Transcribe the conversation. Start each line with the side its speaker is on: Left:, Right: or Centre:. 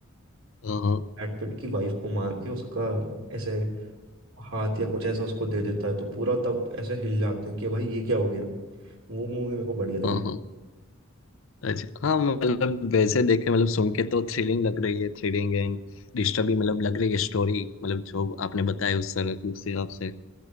Left: हाँ हाँ
Right: ब्रैड पिट की वाइफ को मार के उसका ऐसे हाथ या कुछ ऐसा उसको दे देता है तो पूरा तब ऐसे हिल जाते हैं कि भाई ये क्या हो गया वो मूवी मेरे को बढ़िया लगी
Left: हाँ, हाँ, हाँ, अच्छा हाँ मतलब वैसे देखे मतलब सुन के तो थ्रिलिंग लग रही है थ्रिलिंग एंड डिस्टर्बिंग मतलब लग रही है स्टोरी मतलब जो आपने बताया उस सर उस हिसाब से